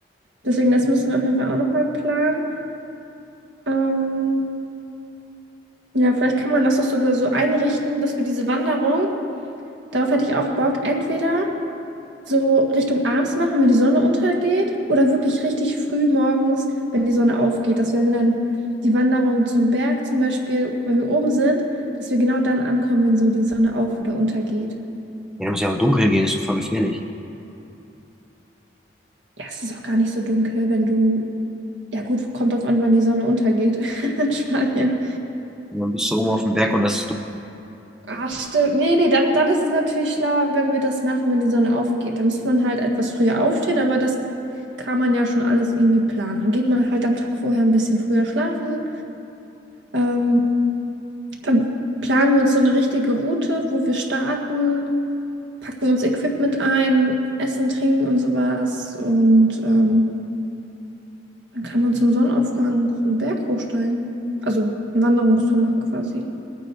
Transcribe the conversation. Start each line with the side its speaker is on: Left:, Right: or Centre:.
Right: Deswegen, das müssen wir auf jeden Fall auch nochmal planen. Ähm, ja, vielleicht kann man das doch sogar so einrichten, dass wir diese Wanderung, darauf hätte ich auch Bock, entweder. so Richtung abends machen, wenn die Sonne untergeht, oder wirklich richtig früh morgens, wenn die Sonne aufgeht, dass wenn wir dann die Wanderung zum Berg zum Beispiel, wenn wir oben sind, dass wir genau dann ankommen, wenn so die Sonne auf oder untergeht.
Centre: Ja, da muss ja im Dunkeln gehen, ist doch voll gefährlich.
Right: Ja, es ist auch gar nicht so dunkel, wenn du, ja gut, kommt drauf an, wann die Sonne untergeht <laughs> in Spanien.
Centre: Und dann bist du oben auf dem Berg und das ist dunkel.
Right: Ach, stimmt. Nee, nee, dann, dann ist es natürlich schlauer, wenn wir das machen, wenn die Sonne aufgeht. Da muss man halt etwas früher aufstehen, aber das kann man ja schon alles irgendwie planen. Dann geht man halt am Tag vorher ein bisschen früher schlafen Ähm, dann planen wir uns so eine richtige Route, wo wir starten, packen uns Equipment ein, essen, trinken und sowas. Und ähm, dann kann man zum Sonnenaufgang so einen Berg hochsteigen. Also eine Wanderungstour machen quasi.